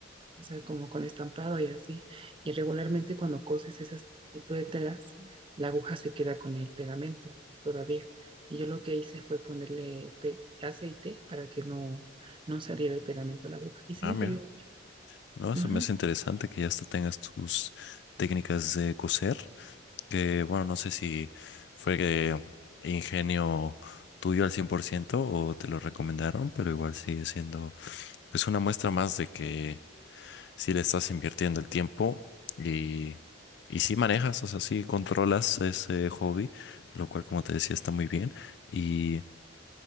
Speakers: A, on the right; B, on the left.
A: o sea, como con estampado y así. Y regularmente cuando coses ese tipo de telas, la aguja se queda con el pegamento todavía. Y yo lo que hice fue ponerle pe- aceite para que no, no saliera el pegamento a la aguja. Y sí
B: ah,
A: me
B: mira,
A: sirvió mucho.
B: no,
A: Ujú.
B: eso me hace interesante que ya hasta tengas tus técnicas de coser que bueno, no sé si fue que ingenio tuyo al 100% o te lo recomendaron, pero igual sigue siendo pues una muestra más de que si le estás invirtiendo el tiempo y, y sí manejas, o sea, sí controlas ese hobby, lo cual como te decía está muy bien y